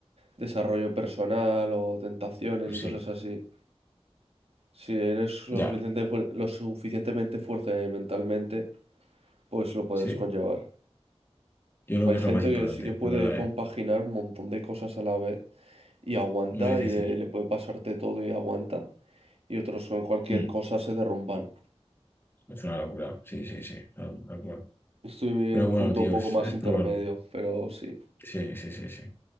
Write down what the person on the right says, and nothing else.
desarrollo personal o tentaciones
y
cosas así. Si eres lo
suficiente fuer- lo suficientemente fuerte mentalmente, pues lo puedes
conllevar.
Hay
gente
que sí que puede
compaginar
un montón de cosas a la vez y aguanta
y le, le puede pasarte todo y aguanta. Y otros con cualquier
cosa se derrumban.
Estoy en
un
punto
un poco
más
intermedio,
pero sí.